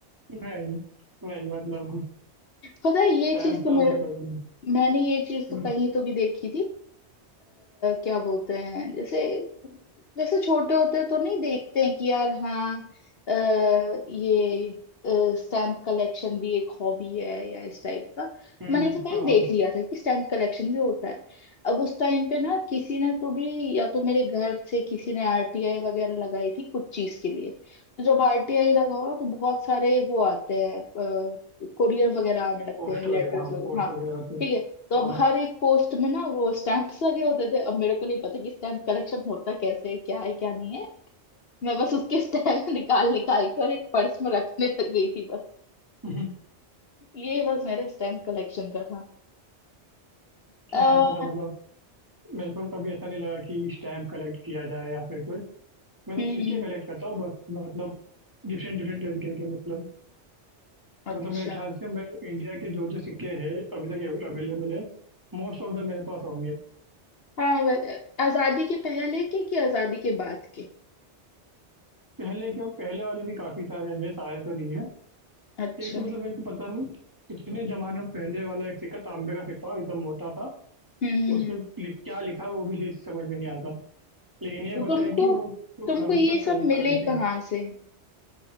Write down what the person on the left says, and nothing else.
पता है ये
चीज तो
मैं
मैंने ये चीज
तो कहीं तो भी देखी थी अ, क्या बोलते हैं जैसे जैसे छोटे होते तो नहीं देखते हैं कि यार हाँ अ, ये स्टैम्प कलेक्शन भी एक हॉबी है या इस टाइप का
मैंने ऐसे कहीं
देख लिया था कि स्टैम्प कलेक्शन भी होता है अब उस टाइम पे ना किसी ने तो भी या तो मेरे घर से किसी ने आरटीआई वगैरह लगाई थी कुछ चीज के लिए तो जब आरटीआई लगाओ ना तो बहुत सारे वो आते हैं कोरियर वगैरह आने लगते
हैं लेटर्स
वगैरह
हाँ
ठीक है तो
अब हर एक पोस्ट में ना वो स्टैंप्स लगे होते थे अब मेरे को नहीं पता कि स्टैम्प कलेक्शन होता कैसे है क्या है क्या नहीं है मैं बस उसके स्टैम्प <laughs> निकाल निकाल के और एक पर्स में रखने लग गई थी बस
ये बस मेरा स्टैम्प कलेक्शन का था अ,
हम्म
अच्छा
हाँ वे- आजादी के पहले के कि आजादी के बाद के
अच्छा
हम्म
हम्म,
हम्म।
तो
तुमको
तुमको
ये
सब
मिले
कहाँ से